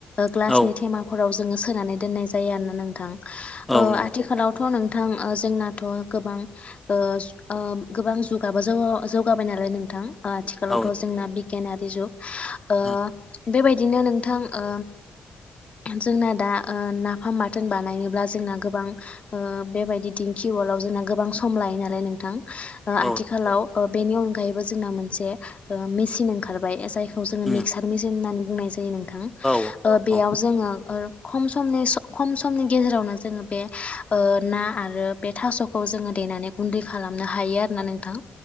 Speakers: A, on the left (about 45°); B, in the centre.
A: ग्लासनि
B: औ
A: थेमाफोराव जोंङो सोनानै दोननाय जायो आरोना नोंथां
B: औ
A: ओ
B: नंगौ
A: आथिखालावथ' नोंथ नोंथां जोंनाथ' गोबां ओ सु ओ गोदान जुग दाबो जोंङो जौगाबाय नालाय नोंथां आथिखालावथ'
B: औ नंगौ
A: जोंना बिगियानारि जुग ओ
B: उम
A: बेबायदिनो नोंथां ओ जोंना दा ओ नाफाम बाथोन बानायनोब्ला जोंना गोबां बेबायदिओ दिंखि उवाल आलाव जोंना गोबां सम लायो नालाय नोंथां ओ
B: औ
A: आथिखालाव ओ बेनि अनगायैबो जोंना मोनसेओ मेसिन ओंखारबाय जायखौ जोङो
B: उम
A: मिक्सार मेसिन होननानै बुंनाय जायो थां
B: औ
A: ओ बेयाव
B: औ
A: जोंङो खम समनि खम समनि गेजेरावनो जोंङो बे ओ ना आरो बे थास'खौ जोंङो देनानै गुन्दै खालामनो हायो आरोना नोंथां